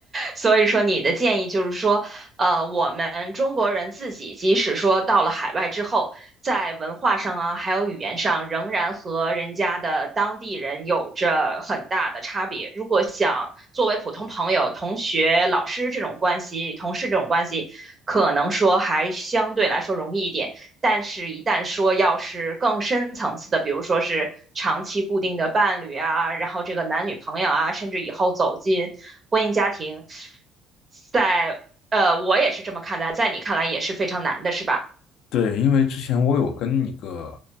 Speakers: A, on the right (about 35°); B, on the left (about 70°).
A: 所以说，你的建议就是说，呃，我们中国人自己，即使说到了海外之后，在文化上啊，还有语言上，仍然和人家的当地人有着很大的差别。如果想作为普通朋友、同学、老师这种关系、同事这种关系，可能说还相对来说容易一点。但是，一旦说要是更深层次的，比如说是长期固定的伴侣啊，然后这个男女朋友啊，甚至以后走进婚姻家庭，在呃，我也是这么看待，在你看来也是非常难的，是吧？
B: 对，因为之前我有跟一个